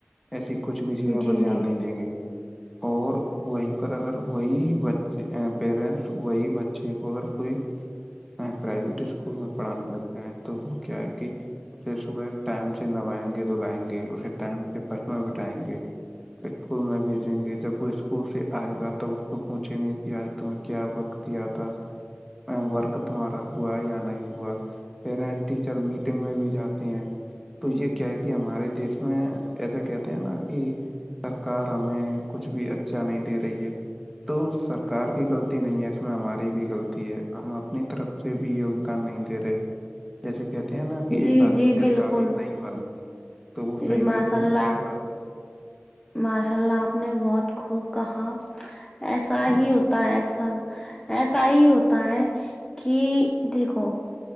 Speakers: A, in the centre; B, on the left.
A: ایسی کچھ بھی چیزوں کا
B: جی
A: دھیان
B: جی
A: نہیں دیں گے اور وہیں پر اگر وہی بچے پیرنٹس وہی بچے کو اگر کوئی پرائیویٹ اسکول میں پڑھانے لگ گیا ہے تو وہ کیا ہے کہ اسے صبح ٹائم سے نبائیں گے دلائیں گے اسے ٹائم سے بس میں بٹھائیں گے اسکول میں بھیجیں گے جب وہ اسکول سے آئے گا تب اس کو پوچھیں گے کہ آج تمہیں کیا وقت دیا تھا ورک تمہارا ہوا یا نہیں ہوا پیرنٹس ٹیچر میٹنگ میں بھی جاتے ہیں تو یہ کیا ہے کہ ہمارے دیش میں ایسا کیا نا کہ سرکار ہمیں کچھ بھی اچھا نہیں دے رہی ہے تو سرکار کی غلطی نہیں ہے اس میں ہماری بھی غلطی ہے ہم اپنی طرف سے بھی یگدان نہیں دے رہے جیسے کہتے ہیں نا کہ
B: جی
A: ایک ہھ
B: جی
A: سے
B: بالکل
A: تالی نہیں بن تو وہ فائی
B: جی ماشاء اللہ
A: فائیبا
B: ماشاء اللہ آپ نے بہت خوب کہا ایسا
A: جی
B: ہی ہوتا
A: جی
B: ہے اکثر ایسا ہی ہوتا ہے
A: جی
B: کہ دیکھو